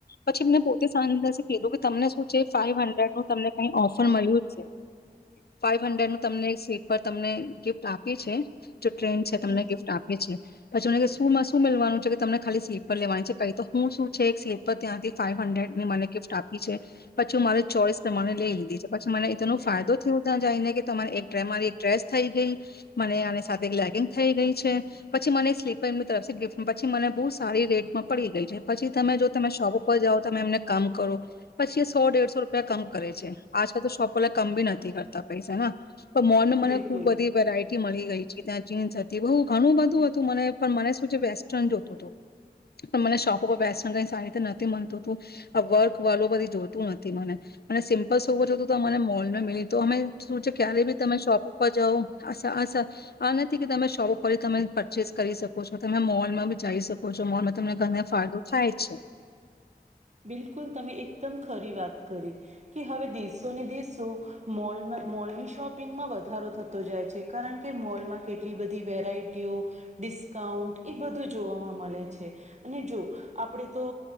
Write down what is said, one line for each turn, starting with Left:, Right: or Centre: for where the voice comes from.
Left: પછી અમને પોતે સાંધ કીધું કે તમને શું છે ફાઈવ હંડ્રેડ નું તમને કઈ ઓફર મળ્યું જ છે ફાઇવ હંડ્રેડનું તમને સ્લીપર તમને ગિફ્ટ આપી છે જો ટ્રેન છે તમને
Right: હમ
Left: ગિફ્ટ આપે છે પછી મને શુંમાં શું મેવાનું છે કે તમને ખાલી સ્લીપર લેવાની છે કઈ તો હું શું છે એક સ્લીપર ત્યાંથી ફાવ હન્ડ્રેડ ની મને ગિફ્ટ આપી છે પછીું મારી ચોઈસ તમારે લઈ લીધી છે પછી મને એનો ફાયદો થયો ત્યાં જઈને કે તમારે મારી એક ડ્રેસ થઈ ગઈ મને આની સાથે એક લેગિંગ થઈ ગઈ છે પછી મને એક સ્લીપર એમની તરફ ગિફ્ટ પછી મને બહુ સારી રેટમાં પડી ગઈ છે પછી તમે જો તમે શોપ ઉપર જાઓ તમે એમને કામ કરો પછી એ સો દેડસો રૂપિયા કમ કરે છે આજકાલ તો શોપ વાળા કમ બી નથી કરતા પૈસા તો મોનને મને
Right: બિલકુલ
Left: ખુબ બધી વેરાયટી મળી ગઈ ત્યા જીન્સ હતી બુ ઘણું બધું હતું મને પણ મને શું છે વેસ્ટર્ન જોતું હતું પણ મને શોપ ઉપર વેસ્ટર્ન કઈ સારી રીતે નથી મળનતું તું વર્ક વાળું બધી જોતું નથી મને મને સિમ્પલસવર જોતું તો મને મોલ ન મળીું અમે શું છે ક્યારે બી તમે શોપ ઉપર જાવ આ સ સર આ નથી કે તમે શોપ ઉપર તમે પરચેસ કરી શકો છો તમે મોલમાં બી જઈ શકો છો મોલમાં તમને ઘને ફાયદો થાય જ છે
Right: બિલકુલ તમે એકદમ ખરી વાત કરી કે હવે દેશો ને દેશો મોલમાં મોલની શોપિંગમાં વધારો થતો જાય છે કારણ કે મોલમાં કેટલી બધી વેરાયટીઓ ડિસ્કાઉન્ટ એ બધું જોવામાં મળે છે અને જો આપણે તો